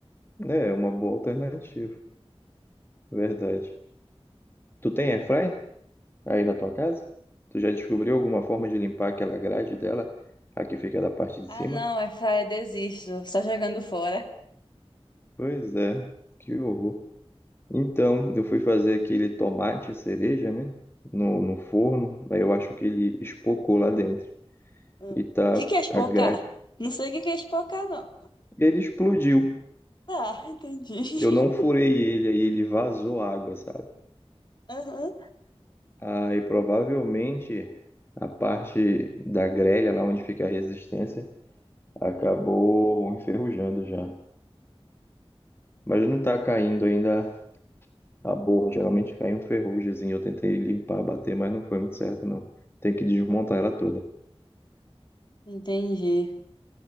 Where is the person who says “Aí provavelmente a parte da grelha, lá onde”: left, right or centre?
Left